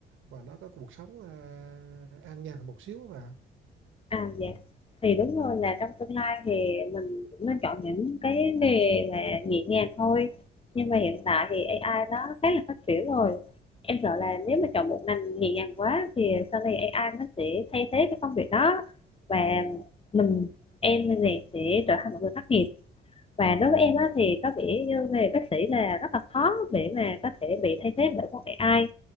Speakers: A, on the right; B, on the left.
A: và nó có cuộc sống à, an nhàn một xíu mà
B: à dạ thì đúng rồi là trong tương lai thì mình cũng nên chọn những cái nghề mà nhẹ nhàng thôi nhưng mà hiện tại thì AI nó khá là phát triển rồi em sợ là nếu mà chọn một ngành nhẹ nhàng quá thì sau này AI nó sẽ thay thế cái công việc đó và mình em này sẽ trở thành một người thất nghiệp và đối với em á, thì có vẻ như nghề bác sĩ là rất là khó để mà có thể bị thay thế bởi con AI